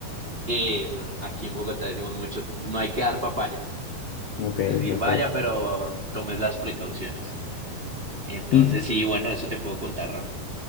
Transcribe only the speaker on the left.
ok,
ok.
Y